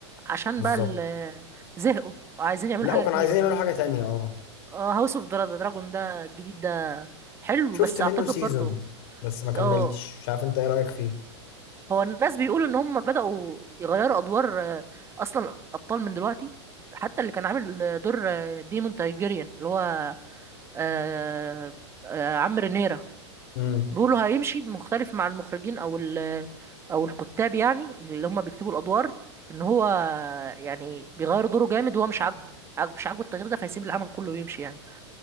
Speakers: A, on the right; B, on the left.
A: عشان
B: بالظبط
A: بقى ال- زهقوا وعايزين يعملوا
B: لا
A: حاجه
B: وكانوا
A: جديده
B: عايزين يعملوا حاجة تانية اه
A: اه هاوس اوف دراجون ده الجديد ده حلو
B: شفت
A: بس
B: منه
A: اعتقد
B: سيزون
A: برضه
B: بس ما كملتش
A: اه
B: مش عارف انت ايه رأيك فيه
A: هو الناس بيقولوا ان هم بدأوا يغيروا ادوار آه، اصلا الابطال من دلوقتي حتى اللي كان عامل آه، دور آه، ديمون تايجيريان اللي هو آه، آه، عم رينيرا
B: امم
A: بيقولوا هيمشي مختلف مع المخرجين او ال- آه، او الكتاب يعني اللي هم بيكتبوا الادوار ان هو آه، يعني بيغير دوره جامد وهو مش عاجبه عاج- مش عاجبه التغيير ده فهيسيب العمل كله ويمشي يعني